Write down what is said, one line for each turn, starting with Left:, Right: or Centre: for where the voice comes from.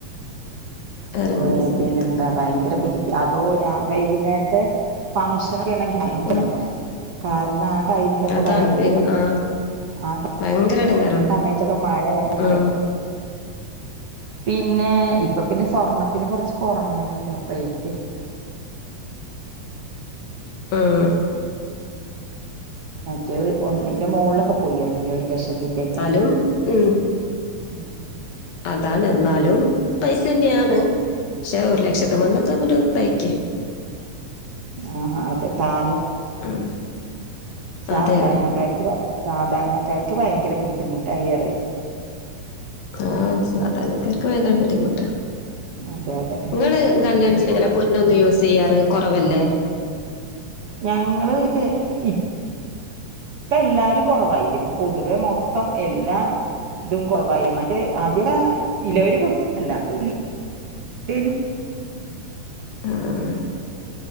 Left: എറങ്ങുന്ന
Right: ഏഹ്
Left: സമയത്തൊക്കെ
Right: പിന്നെന്താ ഭയങ്കര ബുദ്ധി അതോ രാ വൈകുന്നേരത്തെ ഫംഗഷനെക്കെയാണെങ്കി <unintelligible>
Left: ഉം
Right: കാരണം ടൈമിലൊക്കെ
Left: അതാണ്
Right: ഭയങ്കര
Left: വേഗം ആഹ്
Right: ആ
Left: ഭയങ്കര എടങ്ങേറാ
Right: സമയത്തൊക്കെ മഴ
Left: ഉം
Right: അതെതെ പിന്നെ ഇപ്പോ പിന്നെ സ്വർണത്തിന് കൊറച്ച് കൊറഞ്ഞണല്ലോ റേറ്റ്
Left: ഉം
Right: മറ്റേത് ഒന്നിന്റെ മോളിലൊക്കെ പോയരുന്നില്ലേ ഒരു ലക്ഷത്തിന്റെക്കെ
Left: എന്നാലും ഉം
Right: ഉം
Left: അതാണ് എന്നാലും പൈസന്നെയാണ് പഷേ ഒരു ലക്ഷത്തുമെന്ന് എക്കെ അങ്ങോട്ട് ഇതാക്ക്യേ
Right: ആഹ് അതെ താന്നു
Left: ഉം
Right: സാധാരണക്കാരിക്ക്
Left: അതന്നെ
Right: സാധാരണക്കാരിക്ക് ഭയങ്കര ബുദ്ധിമുട്ടായിറയാ
Left: ആഹ് സാധാരണക്കാർക്ക് ഭയങ്കര ബുദ്ധിമുട്ടാ
Right: അതെ അതെ
Left: ഇങ്ങള് കല്യാ ത്തിന് ഇങ്ങനെ പൊന്നൊന്നും യൂസ് ചെയ്യാറ് കൊറവല്ലേ
Right: ഞങ്ങള് ഇ പ്പേല്ലാരും കൊറവായില്ലേ ഇപ്പോ പൊതുവെ മൊത്തം എല്ലാ ഇതും കൊറവയ് മറ്റേ ആദ്യ ഇല്ലവര് കൊടുക്കും അല്ലാത്തവര് <unintelligible>
Left: ആഹ്